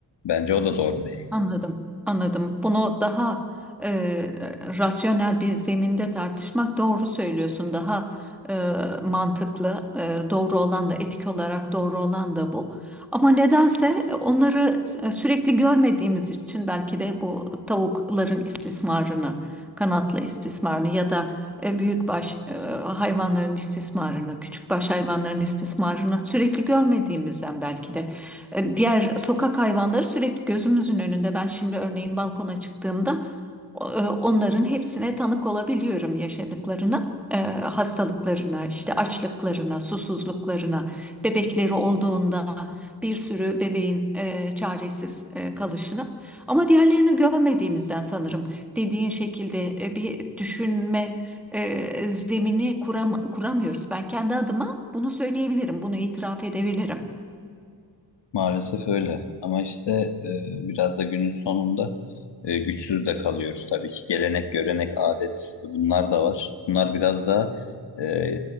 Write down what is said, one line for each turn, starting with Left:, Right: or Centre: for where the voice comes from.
Left: Bence o da doğru değil.
Centre: Anladım, anladım. Bunu daha e, rasyonel bir zeminde tartışmak doğru söylüyorsun. Daha e, mantıklı, e, doğru olan da etik olarak doğru olan da bu. Ama nedense e, onları e, sürekli görmediğimiz için belki de bu tavukların istismarını, kanatlı istismarını ya da e, büyükbaş e, hayvanların istismarını, küçükbaş hayvanların istismarını sürekli görmediğimizden belki de. E, Diğer sokak hayvanları sürekli gözümüzün önünde. Ben şimdi örneğin balkona çıktığımda o- e, onların hepsine tanık olabiliyorum yaşadıklarına, e, hastalıklarına, işte açlıklarına, susuzluklarına, bebekleri olduğunda bir sürü bebeğin e, çaresiz e, kalışına. Ama diğerlerini görmediğimizden sanırım dediğin şekilde e, bir düşünme e, zemini kuram kuramıyoruz. Ben kendi adıma bunu söyleyebilirim, bunu itiraf edebilirim.
Left: Maalesef öyle. Ama işte e, biraz da günün sonunda e, güçsüz de kalıyoruz tabii ki. Gelenek, görenek, adet bunlar da var. Bunlar biraz da e,